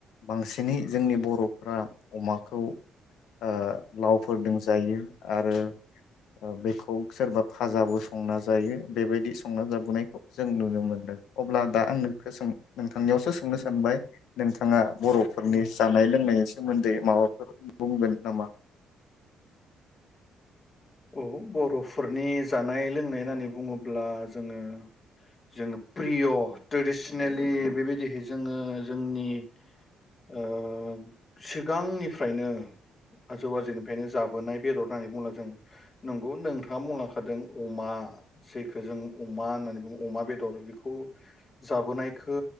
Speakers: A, on the left; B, on the left.
A: बांसिनै जोंनि बर'फ्रा अमाखौ ओ लावफोरदों जायो आरो बेखौ सोरबा फाजाबो संना जायो बेबायदि संना जाबोनायखौ जों नुनो मोनदों अब्ला दा आं नखौ नोंथांनियावसो सोंनो
B: उम
A: सानबाय नोंथाङा बर'फोरनि
B: उम
A: जानाय लोंनायनि सोमोन्दै माबाफोर बुंगोन नामा?
B: औ बर'फोरनि जानाय लोंनाय होननानै बुङोब्ला जोङो जोङो प्रिअ ट्रेदिसिनेलि बेबायदि जोङो जोंनि ओ सिगांनिफ्रायनो आजौ आजौनिफ्रायनो जाबोनाय बेदर होननानै बुङो जों नंगौ नों हा मलांखादों अमा जायखौ जों अमा होननानै बुङो अमा बेदर बेखौ जाबोनाय खो